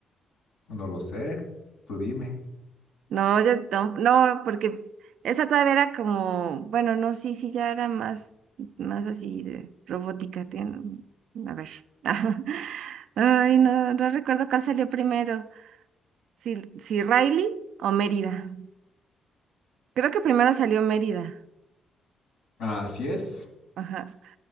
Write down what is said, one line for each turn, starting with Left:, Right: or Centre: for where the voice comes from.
Left: No lo sé. Tú dime.
Right: No, yo no, no, porque esa todavía era como, bueno, no, sí, sí, ya era más, más así de robótica. ten- a ver. <laughs> Ay, no, no recuerdo cuál salió primero, si, si Riley o Mérida. Creo que primero salió Mérida.
Left: Así es.
Right: Ajá.